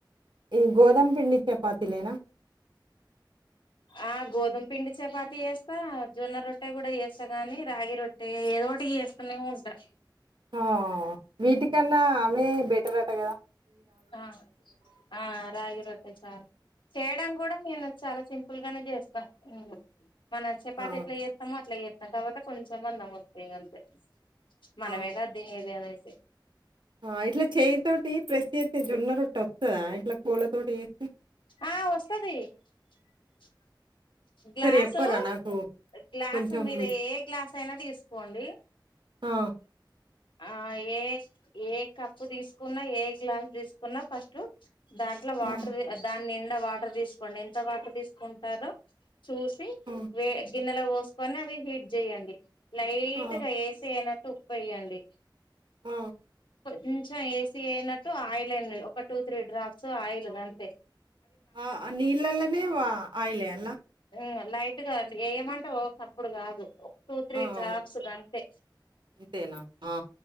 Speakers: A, on the right; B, on the left.
A: ఈ గోధుమ పిండి చపాతీలేనా?
B: ఆ గోధుమ పిండి చపాతి చేేస్తా జొన్న రొట్టె కూడా చేస్తా గాని రాగి రొట్టె ఏదోటి చేస్తనే ఉంటా
A: ఆ వీటికన్నా అవె బెటర అట కదా
B: ఆ ఆ రాగి రొట్టె చాలు చేయడం కూడా నేను చాలా సింపుల్ గానే చేస్తా హ్మ మన చేపతి
A: ఆ!
B: ఎట్లా చేతమో అట్లా చేత తర్వాత కొంచెం మందం వస్తాయి అంతే
A: ఆ!
B: మనమేగాద తినేది అనేసి
A: ఆ ఇట్లా చేయితోోటి ప్రెస్ చె జొన్న రొట్ట వత్తాద ఇట్లా కోళ్ళతోోటి చేతే
B: ఆ వస్తది <inaudible> గ్లాసు
A: చెప్పరా నాకు
B: గ్లాసు
A: కొంచెం
B: మీరు
A: వి
B: ఏ గ్లాసు అయినా తీసుకోండి
A: ఆ
B: ఆ ఏ ఏ కప్పు తీసుకున్నా ఏ గ్లాస్ తీసుకున్నా ఫస్ట్ దాంట్లో
A: హ్మ్.
B: వాటర్ దాని నిండా వాటర్ తీసుకోండి ఎంత వాటర్ తీసుకుంటారో చూసి
A: హ్మ్.
B: వే గిన్నెలో పోసుకొని అవి హీట్ చేయండి లైట్గా
A: ఆ!
B: వేసి వెయనట్టు ఉప్పు వేయండి
A: ఆ!
B: కొంచెం ఏసీ అయ్యినట్టు ఆయిల్ వేయండి ఒక టూ త్రీ డ్రాప్స్ ఆయిల్ గంతే
A: ఆ నీళ్లలనే వా ఆయిలే వేయాలా
B: హ్మ లైట్ గా ఏమంటే ఒకప్పుడు కాదు టూ త్రీ
A: ఆ!
B: డ్రాప్స్
A: ఓకే.
B: గంతే
A: అంతేనా? ఆ!